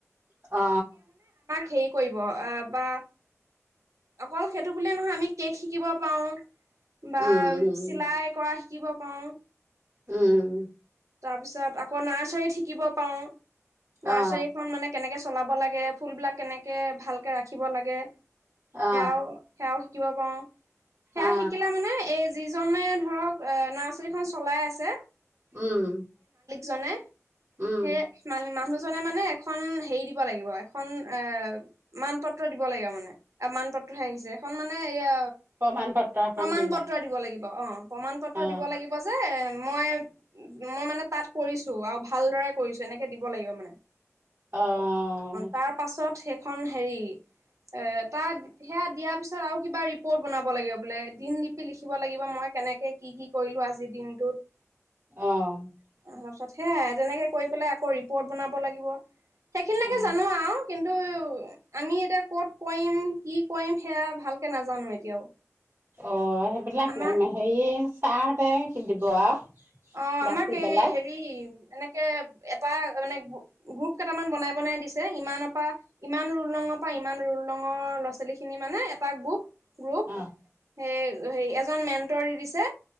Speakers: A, on the right (about 45°); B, on the right (about 75°).
A: অ
B: হেৰি কৰিব বা অকল সেইটো বুলিয়ে নহয় আমি কেক শিকিব পাৰোঁ বা
A: উম উম
B: চিলাই কৰা, শিকিব পাৰোঁ
A: উম
B: তাৰপিছত আকৌ নাৰ্চাৰীত শিকিব পাওঁ ন
A: অ
B: চাৰীখন মানে কেনেকে চলাব লাগে ফুলবলাক কেনেকে ভালকে ৰাখিব লাগে
A: অ
B: খেও খেও কিবা পাওঁ সেয়া
A: অ
B: শিকিলা মানে এই যিজনে ধৰক নাৰ্চাৰীখন চলাই আছে
A: উম!
B: জনে
A: উম
B: সেয় মান মানুহ জনে মানে এখন হেৰি দিব লাগিব এখন এ মান পত্ৰ দিব লাগিব মানে মান পত্ৰহে আহিছে এখন মানে এয়া
A: প্ৰমাণ পত্ৰ এখন
B: প্ৰমণ
A: দি
B: পত্ৰ দিব লাগিব অ প্ৰমণ পত্ৰ
A: অ
B: দিব লাগিব যে মই মই মানে তাত কৰিছো আৰু ভালদৰে কৰিছো এনেকে দিব লাগিব মানে
A: অ'
B: তাৰ পাছত সেইখন হেৰি এ তাত সেয়া দিয়াৰ পিছত আৰু কিবা ৰিপৰ্ট বনাব লাগিব বোলে দিন লিপি লিখিব লাগিব মই কেনেকে কি কি কৰিলো আজিৰ দিনটোত
A: অ'
B: তাৰ পিছত সে যেনেকে কৰি পেলাই আকৌ ৰিপৰ্ট বনাব লাগিব সেইখিনিলৈকে
A: অ
B: জানো আৰু কিন্তু কিন্তু আমি এতিয়া কত কৰিম কি কৰিম সেয়া ভালকে নাজানো এতিয়াও
A: অ সেইবিলাক
B: আমাৰ
A: হেৰিয় তাহ হতে কধিব আৰু
B: অ'
A: বাচি
B: আমাক
A: পেলাই
B: এই হেৰি এনেকে এটা মানে গ্ৰুপ কেইটামান বনাই বনাই দিছে ইমানৰ পৰা ইমান ৰুল ৰঙৰ পৰা ইমান ৰুল ৰঙৰ ল'ৰা ছোৱালী খিনি মানে এটা গ্ৰুপ গ্ৰুপ
A: অ
B: স হ এজন মেণ্টৰ দিছে